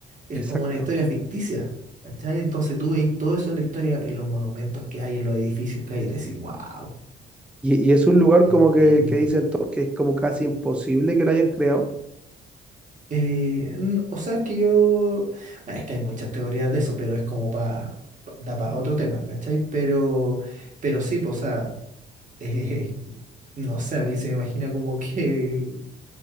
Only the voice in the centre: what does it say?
exacto.
Y, y es un lugar
como que, que dicen todos que es como casi imposible que lo hayan creado